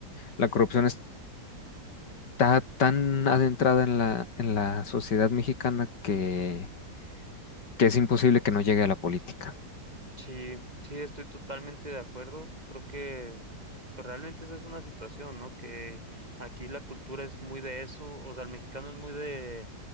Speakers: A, on the left (about 80°); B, on the right (about 25°).
A: la corrupción es está tan adentrada en la, en la sociedad mexicana que, que es imposible que no llegue a la política.
B: Sí, sí, estoy totalmente de acuerdo. Creo que pues, realmente esa es una situación, ¿no? Que aquí la cultura es muy de eso, o sea, el mexicano es muy de,